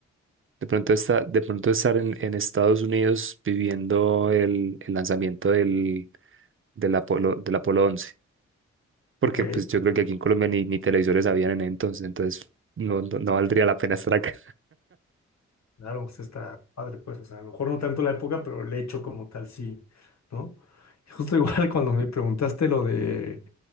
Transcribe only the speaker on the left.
Ok.
Claro, pues está padre, pues, o sea, a lo mejor no tanto la época, pero el hecho como tal sí, ¿no? Y justo igual <laughs> cuando me preguntaste lo de